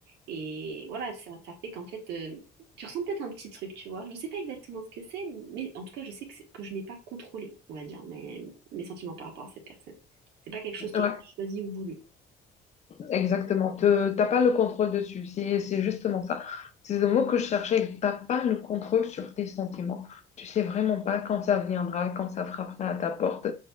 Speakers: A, on the right (about 80°); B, on the left (about 40°).
A: et voilà, ça, ça fait qu'en fait. euh, tu ressens peut-être un petit truc, tu vois. Je ne sais pas exactement ce que c'est, mais en tout cas, je sais que, c'est- que je n'ai pas contrôlé, on va dire, mes, mes sentiments par rapport à cette personne. C'est pas quelque chose qui
B: Ouais.
A: a été choisi ou voulu.
B: Exactement. Tu n'as pas le contrôle dessus. C'est c'est justement ça. C'est le mot que je cherchais. Tu n'as pas le contrôle sur tes sentiments. Tu sais vraiment pas quand ça viendra, quand ça frappera à ta porte.